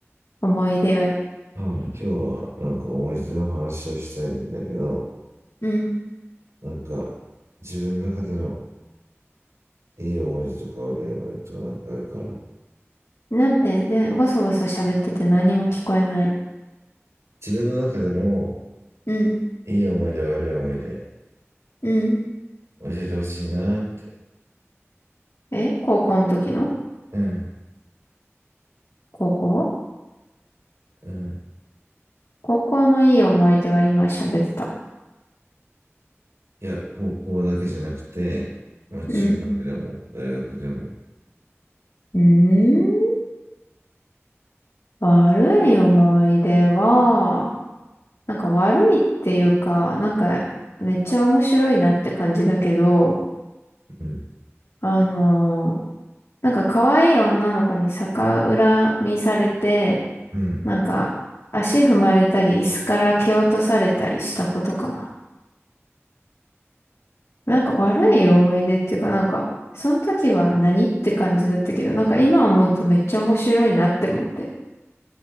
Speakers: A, on the left; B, on the right.
A: 思い出を。
B: はい、今日はなんか思い出の話をしたいんだけど、
A: うん。
B: なんか自分の中でのいい思い出とか悪い思い出とかなんかあるかな。
A: なんて、で、ボソボソ喋ってて何も聞こえない。
B: 自分の中での
A: うん。
B: いい思い出悪い思い出
A: うん。
B: 教えてほしいなって。
A: え高校の時の
B: うん、
A: 高校
B: うん。
A: 高校のいい思い出は今喋った。
B: いや、高校だけじゃなくて、まあ中学でも大学でも。
A: うん。うーん。悪い思い出は、なんか悪いっていうか、なんかめっちゃ面白いなって感じだけど、
B: うん、
A: あのーなんか可愛い女の子に逆恨みされて、
B: うん。
A: なんか足踏まれたり椅子から蹴落とされたりしたことかな。なんか悪い思い出っていうかなんか、その時は何って感じだったけど、なんか今思うとめっちゃ面白いなって思って、